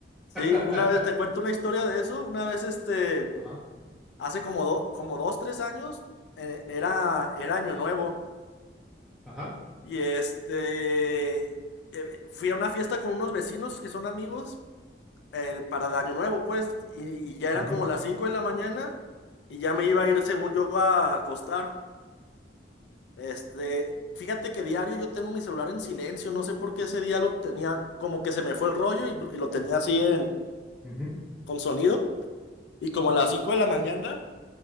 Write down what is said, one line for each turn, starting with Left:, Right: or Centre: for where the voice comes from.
Left: Sí,
Centre: <laughs>
Left: una vez te cuento una historia de eso. Una vez, este,
Centre: Ajá,
Left: hace como, do- como dos, tres años, eh, era, era Año Nuevo.
Centre: ajá.
Left: Y este, eh, fui a una fiesta con unos vecinos que son amigos eh, para el Año Nuevo, pues. Y, y ya eran
Centre: ujú,
Left: como las cinco de la mañana. Y ya me iba a ir, según yo, a acostar. Este, fíjate que diario yo tengo mi celular en silencio, no sé por qué ese día lo tenía, como que se me fue el rollo y, y lo tenía así en,
Centre: ujú,
Left: con sonido. Y como a las 5 de la mañana